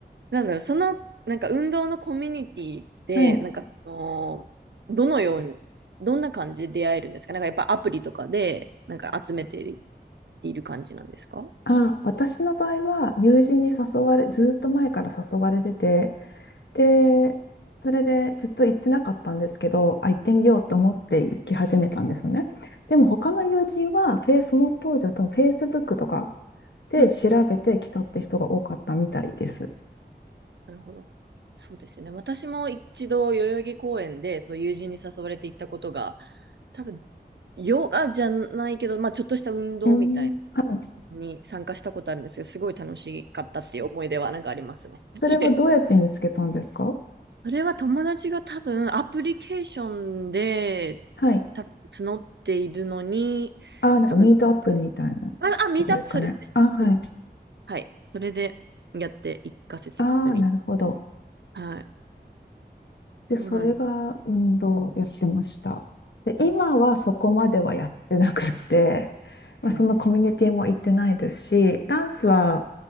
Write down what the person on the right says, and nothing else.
なんだろう、その、なんか運動のコミュニティで、
なんかその、どのように、どんな感じで出会えるんですかなんかやっぱアプリとかで、なんか集めているいる感じなんですか
うんうん。なるほど。そうですよね。私も一度、代々木公園で、そう、友人に誘われて行ったことが、多分、ヨガじゃないけど、まあ、ちょっとした運動みたい
に参加したことあるんですけど、すごい楽しかったっていう思い出はなんかありますね。
<laughs> それは友達が多分アプリケーションで
多分募っているのに、
多分、あ、あ、ミートアップ、
そうですね。
そうです。はい。それでやっていかせて一緒に。
はい。
そうなんで
すよ。
うん。